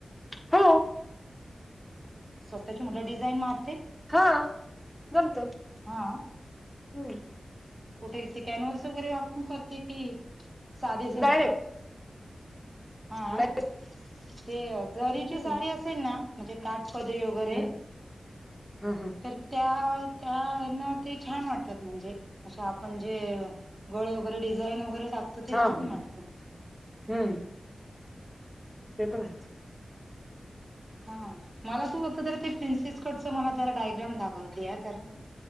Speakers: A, in the centre; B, on the right.
A: हो
B: स्वतःची म्हणलं डिझाईन मारते.
A: हा, जमत्यात
B: हा
A: हम्मं
B: कुठे ते कॅनवर्स वगैरे वापरून करते कि साधे सिंपल?
A: डायरेक्ट
B: हां
A: डायरेक्ट.
B: ते जरीची
A: हम्म
B: साडी असेल ना, म्हणजे काटपदरी वगैरे
A: हम्म हा हा
B: तर त्या, त्या ना ते छान वाटतात म्हणजे, अशा आपण जे गळे वगैरे डिझाईन वगैरे टाकतो ते
A: हा
B: छान
A: हा
B: वाटतं.
A: हा हम्म. ते पण हाय
B: हा, मला तू फक्त जरा ते प्रिन्सेस कटच मला जरा डायग्राम दाखव, द्या जरा..